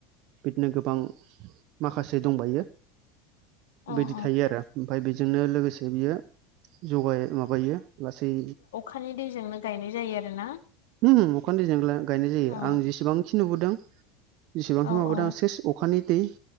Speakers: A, on the right (about 60°); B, on the left (about 80°).
A: बिदिनो गोबां माखासे दंबायो।
B: अ
A: बिदि थायो आरो ओमफाय बेजोंनो लोगोसे बियो जगा माबायो लासै
B: हानि दैजोंनो गायनाय जायो आरोना?
A: ओम अख दैजों गायनाय जायो
B: औ
A: आं जेसेबांखि नुबोदों जसेबांखि
B: औ
A: माबा
B: औ
A: दां सेस अखानि दै